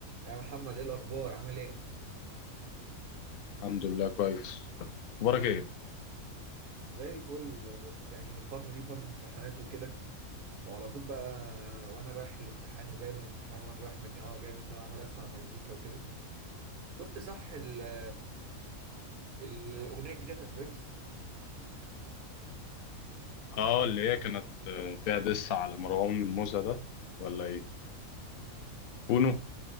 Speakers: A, on the right; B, on the left.
A: يا محمد ايه الاخبار عامل ايه
B: الحمد لله كويس اخبارك ايه
A: زي الفل بس يعني الفتره دي فتره امتحانات وكده وعلى طول بقى وانا رايح الامتحان وجاي من الامتحان وانا رايح من الجامعه وجاي من الجامعه عمال اسمع مزيكا وكده شفت صح ال- الاغنيه الجديده بتاعت ويجز
B: اه اللي هي كانت آه، فيها دس على مروان موسى ده ولا ايه كونو